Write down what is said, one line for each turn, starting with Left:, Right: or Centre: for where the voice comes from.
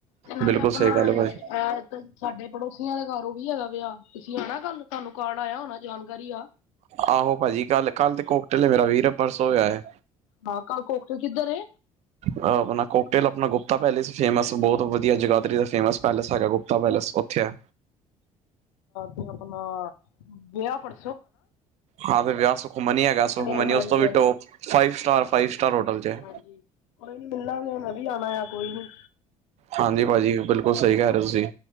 Left: ਤੇ ਨਾਲੇ
Right: ਬਿਲਕੁਲ
Left: ਆਪਣਾ
Right: ਸਹੀ ਗੱਲ ਹੈ
Left: ਏ
Right: ਭਾਜੀ
Left: ਏਦ ਸਾਡੇ ਪੜੋਸੀਆਂ ਦੇ ਘਰ ਓ ਵੀ ਹੈਗਾ ਵਿਆਹ ਤੁਸੀਂ ਆਣਾ ਕੱਲ ਤੁਆਨੂੰ ਕਾਰਡ ਆਏਆ ਹੋਣਾ ਜਾਣਕਾਰੀ ਆ।
Right: ਆਹੋ ਭਾਜੀ ਕੱਲ, ਕੱਲ ਤੇ ਕੋਕਟਲ ਐ ਮੇਰਾ ਵੀਰ ਪਰਸੋਂ ਵਿਆਹ ਐ।
Left: ਹਾਂ ਕੋਕਟੇਲ ਕਿੱਦਰ ਏ?
Right: ਅ ਆਪਣਾ ਕੋਕਟੇਲ ਆਪਣਾ ਗੁਪਤਾ ਪੈਲੇਸ ਫੇਮਸ ਬੋਤ ਵਦੀਆ ਜਗਾਧਰੀ ਫੇਮਸ ਪੈਲੇਸ ਹੈਗਾ ਗੁਪ ਤਾ ਪੈਲੇਸ ਓਥੇ ਐ।
Left: ਤੇ ਆਪਣਾ ਵਿਆਹ ਪਰ
Right: ਹਾਂ ਤੇ ਵਿਆਹ ਸੁਖਮਨੀ ਹੈਗਾ ਸੁਖਮਨੀ
Left: ਹਾਂਜੀ
Right: ਉਸ ਤੋਂ ਵੀ
Left: ਹਾਂਜੀ
Right: top five star five star hotel ਚ ਐ। <inaudible>
Left: ਹਾਂਜੀ ਕੋਈ ਨੀ ਮਿਲਾਂਗੇ ਮੈਂ ਵੀ ਆਣਾ ਏਆ ਕੋਈ ਨੀ।
Right: ਹਾਂਜੀ ਭਾਜੀ ਬਿਲਕੁਲ ਸਈ ਕੈ ਰਏ ਤੁਸੀਂ